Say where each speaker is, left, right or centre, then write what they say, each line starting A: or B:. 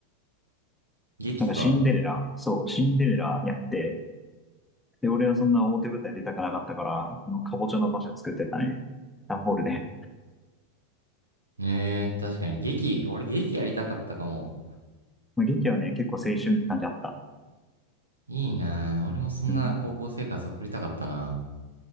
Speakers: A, on the right; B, in the centre.
A: 劇か。
B: なんかシンデレラ、そう、シンデレラやって、で、俺はそんな表舞台出たくなかったから、あのかぼちゃの馬車作ってたね。段ボールで。
A: ねえ、確かに劇、俺劇やりたかったかも。
B: まあ、劇はね、結構青春って感じあった。
A: いいなあ俺もそんな高校生活送りたかったな。
B: うん。